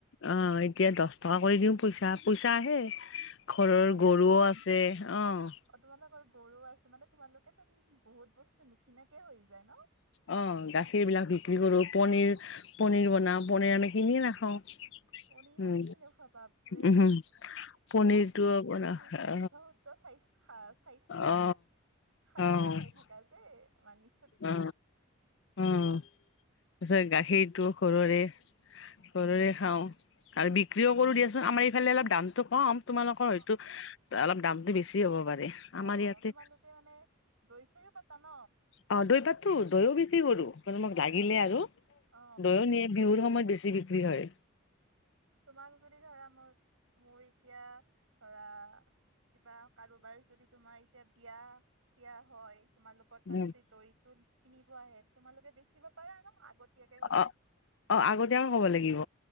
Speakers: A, on the left; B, on the right.
A: অ, এতিয়া দহ টকা কৰি দিওঁ পইচা, পইচা আহে। ঘৰৰ
B: আহে ন?
A: গৰুও আছে অ'।
B: অ, তোমালোকৰ গৰু আছে মানে তোমালোকেচোন বহুত বস্তু নিকিনাকে হৈ যায় ন।
A: অ, গাখীৰ বিলাক বিক্ৰী কৰো, পনীৰ পনীৰ বনাও, পনীৰ আমি কিনিয়ে নাখাওঁ।
B: পনীৰো
A: উম
B: কিনি নখুৱা বাপৰে
A: উম হম পনিৰটো
B: বিৰাত
A: বনা
B: তুমি শুদ্ধ,
A: অ
B: শুদ্ধ চাইছো স্বাস্থ্য
A: অ
B: যুগ খাদ্য
A: অ অ
B: খাই থকা যে মানি
A: অ, উম, পিছত গাখীৰটো ঘৰৰে ঘৰৰে খাওঁ আৰু বিক্ৰীও কৰো দিয়াচোন আমাৰ এইফালে অলপ দামতটো কম। তোমালোকৰ
B: অ
A: হয়তো অলপ দামটো বেছি হ'ব পাৰে। আমাৰ
B: অ,
A: ইয়াতে
B: তোমালোকে মানে দৈ, চৈও পাতা ন।
A: অ, দৈ পাতো দৈও বিক্ৰী কৰোঁ, কিয় তোমাক লাগিলে আৰু।
B: অ
A: দৈয়ো নিয়ে, বিহুৰ সময়ত বেছি বিক্ৰী হয়।
B: তোমাক যদি ধৰা, মই, মোৰ এতিয়া ধৰা কিবা কাৰোবাৰ যদি তোমাৰ এতিয়া বিয়া-চিয়া হয়। তোমালোকৰ তাত
A: উম
B: যদি দৈটো কিনিব আহে তোমালোকে বেচিব পাৰা ন, আগতীয়াকে ক'লে।
A: অ অ, আগতীয়াক ক'ব লাগিব